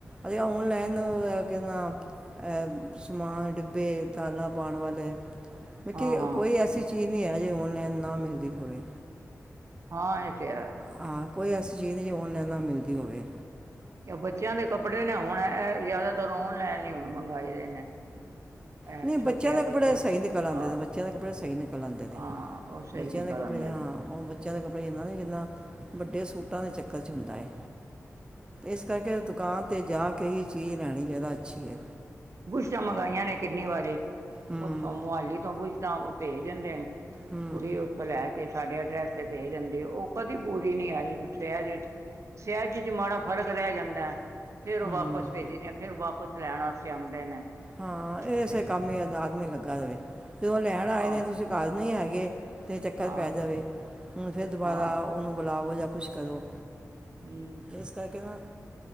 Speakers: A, on the right; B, on the right.
A: ਅਜੇ ਓਨਲਾਈਨ ਲੈ ਕੇ ਨਾ ਐ ਸਮਾਨ ਡਿੱਬੇ ਦਾਲਾਂ ਪਾਣ ਵਾਲੇ ਇੱਥੇ
B: ਹਾਂ ਹਾਂ
A: ਕੋਈ ਐਸੀ ਚੀਜ਼ ਨੀ ਐ ਜੋ ਔਨਲਾਈਨ ਨਾ ਮਿਲਦੀ ਹੋਵੇ।
B: ਹਾਂ ਏ ਤੇ ਹੈ।
A: ਹਾਂ ਕੋਈ ਐਸੀ ਚੀਜ਼ ਨੀਂ ਜੇ ਔਨਲਾਈਨ ਨਾ ਮਿਲਦੀ ਹੋਵੇ।
B: ਬੱਚਿਆਂ ਦੇ ਕੱਪੜੇ ਨੇ ਹੁਣ ਐ ਜ਼ਿਆਦਾਤਰ ਓਨਲਾਈਨ ਇ ਮੰਗਵਾਈ ਦੇ ਨੇ। ਇਹ
A: ਨਈ
B: ਛੋਟੇ
A: ਬੱਚਿਆਂ
B: ਆ
A: ਦੇ ਕਪੜੇ ਸਈ ਨਿਕਲ ਆਂਦੇ
B: ਹਾਂ
A: ਨੇ, ਬੱਚਿਆਂ ਦੇ ਕੱਪੜੇ ਸਹੀ ਨਿਕਲ ਆਉਦੇ ਨੇ।
B: ਹਾਂ ਉਹ ਸਹੀ
A: ਬੱਚਿਆਂ
B: ਨਿਕਲ
A: ਦੇ ਕੱਪੜੇ
B: ਆਉਂਦੇ
A: ਹਾਂ,
B: ਨੇ
A: ਓ ਬੱਚ ਬੱਚਿਆਂ ਦੇ ਕੱਪੜੇ ਏਨਾ ਨੀ ਜਿੰਨਾ ਵੱਡੇ ਸੂਟਾਂ ਦੇ ਚੱਕਰ ਚ ਹੁੰਦਾ ਏ। ਇਸ ਕਰਕੇ ਦੁਕਾਨ ਤੇ ਜਾ ਕੇ ਹੀ ਚੀਜ਼ ਲੈਣੀ ਜ਼ਾਦਾ ਅੱਛੀ ਐ।
B: ਬੁਸ਼ਟਾ ਮੰਗਾਈਆਂ ਨੇ ਕਿੰਨੀ ਵਾਰੀ,
A: ਹੂੰ
B: ਓਥੋਂ ਮੋਆਲੀ ਤੋਂ ਬੂਸ਼ਟਾ ਓ ਪੇਜ ਦਿਂਦੇ ਨੇ
A: ਹੂੰ
B: ਕੁੜੀ ਓ ਓਥੋ ਲੈ ਕੇ ਸਾਡੇ ਐਡਰੈਸ ਤੇ ਪੇਜ ਦਿਂਦੀ ਏ ਓ ਕਦੀ ਪੂਰੀ ਨੀ ਆਈ ਇੱਕ ਸੈਜ ਸੈਜ ਚ ਮਾੜਾ ਫ਼ਰਕ ਰੈ ਜਾਂਦਾ ਫੇਰ ਓ
A: ਹੂੰ
B: ਵਾਪਸ ਪੇਜਦੀ ਆ ਫੇਰ ਵਾਪਸ ਲੈਣ ਆਸ ਚਾਉਂਦੇ ਨੇ
A: ਹਾਂ ਇਸੇ
B: ਤੇ
A: ਕੰਮ ਈ ਏਦਾਂ ਆਦਮੀ ਲੱਗਾ ਰਵੇ ਤੇ ਓ ਲੈਣ ਆਏ
B: ਹਾਂ
A: ਨੇ ਤੁਸੀਂ ਕੱਰ ਨੀ ਹੈਗੇ। ਤੇ ਚੱਕਰ
B: ਹਾਂ
A: ਪੈ ਜਾਵੇ ਹੁਣ ਫੇਰ ਦੋਬਾਰਾ
B: ਹਾਂ
A: ਓਨੂੰ ਬੁਲਾਵੋ ਯਾਂ ਕੁਛ ਕਰੋ।
B: ਹੂੰ।
A: ਇਸ ਕਰਕੇ ਨਾ